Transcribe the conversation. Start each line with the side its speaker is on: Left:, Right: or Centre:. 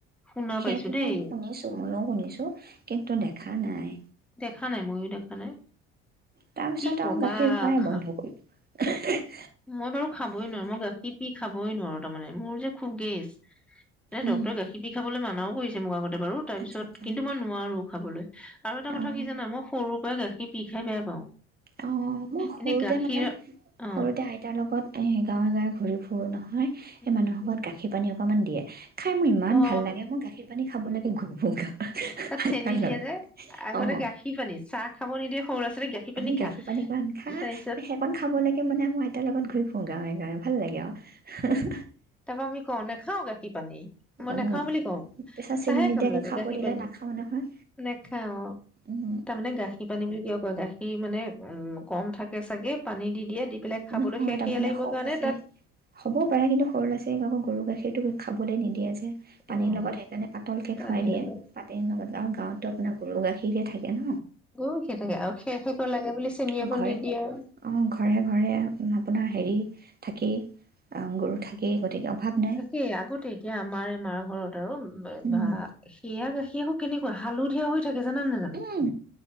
Centre: শুনা
Right: সেইটোহে
Centre: পাইছো দেই
Right: শুনিছোঁ, ময়ো শুনিছোঁ, কিন্তু দেখা নাই।
Centre: দেখা নাই, ময়ো দেখা নাই।
Right: তাৰপিছত
Centre: কি কবা,
Right: আৰু গাখীৰ খোৱাই
Centre: খা
Right: বন্ধ <inaudible>
Centre: মই বাৰু খাবই নোৱাৰো মই গাখীৰ পি খাবই নোৱাৰো মানে মোৰ যে খুব গেছ। ‌ এনে
Right: উম,
Centre: ডক্তৰে গাখীৰ পি খাবলৈ মান নাও কৰিছে মো আগত বাৰু তাৰ
Right: আচ্ছা
Centre: পিছত,
Right: আচ্ছা
Centre: কিন্তু মই নোৱাৰো‌ঁ খাবলৈ। আৰু এটা
Right: অঁ
Centre: কথা কি জানা, মই সৰুৰ পাই গাখ সেই বি খাই বেয়া পাওঁ
Right: অ', মই সৰুতে
Centre: এনে গাখীৰ
Right: মানে,
Centre: অ
Right: সৰুতে আই-' তেওঁ লগত এ গাঁৱে-গাঁৱে ঘূৰি ফুৰো ন। হয়,
Centre: উম
Right: এই মানুহ ঘত গাখী পানী অ কমান দিয়ে। খাই মোৰ ইমান
Centre: অ
Right: ভাল লাগে, মই গাখীৰ পানী খাবলেকে ঘূৰিফুগ
Centre: তাত
Right: আইতাৰ
Centre: চেনি
Right: লগত,
Centre: দিয়ে যে আগতে
Right: অ।
Centre: গাখীৰ পানী চাহ খাব নিদিয়ে সৰু ল'ৰা ছোৱালীক গাখীৰ
Right: এখিনি
Centre: পানী খা
Right: গাখী পানীকণ খা,
Centre: তাৰপিছত
Right: সেকণ খাব লকে মানে আ মই আইতা লগত ঘূৰি ফুং- গাঁৱে-গাঁৱে, ভাল লাগে আউ। হা হা।
Centre: তাপা আমি কওঁ নাখাও গাখী পানী, মই
Right: অ
Centre: নাখাও বুলি কওঁ,
Right: পিছত চেনি
Centre: চাহে
Right: নিদিয়াকে
Centre: খাম লাগে
Right: খাব
Centre: গাখী
Right: দিলে
Centre: পানী,
Right: নাখাওঁ নহয়
Centre: নেখাও অ,
Right: উম
Centre: তামানে গাখী পানী বুলি কিয় কয়, গাখীৰ মানে উম, কম থাকে চাগে পানী দি দিয়ে দি পেলাই খাবলৈ
Right: নহয়,
Centre: সেষ
Right: তাৰমানে
Centre: সেয়া লাগিবৰ
Right: সৰু
Centre: কাৰণে
Right: ল'ৰা ছোৱালী,
Centre: তাত
Right: হ'বও পাৰে কিন্তু সৰু ল'ৰা ছ ইক আকৌ গৰু গাখীৰটো খাবলেলৈ নিদিয়ে যে এ
Centre: অ',
Right: পানীৰ লগত সেইকাৰণে পাতলকে
Centre: পানী
Right: খুৱাই দিয়ে,
Centre: লগা
Right: পানীৰ লগত আৰু গাঁৱততো আপোনাৰ গৰু গাখীৰকহে থাকে ন।
Centre: গৈ থাকে আৰু সেৰ সেৰকৈ লাগে বুলি চেনি
Right: অ
Centre: অকণ
Right: ঘৰে,
Centre: দি দিয়ে আৰু।
Right: অ ঘৰে-ঘৰে আপোন আপোনা হেৰি থাকেই, আ গৰু থাকেই গতিকে অভাৱ নাই
Centre: ইচা কেই, আগতে এতিয়া আমাৰে মাৰ ঘৰত আৰু
Right: উম
Centre: বা সেয়া গাখী আক' কেনেকুৱা হালধীয়া হৈ থাকে জানা নে নাজানা?
Right: উম,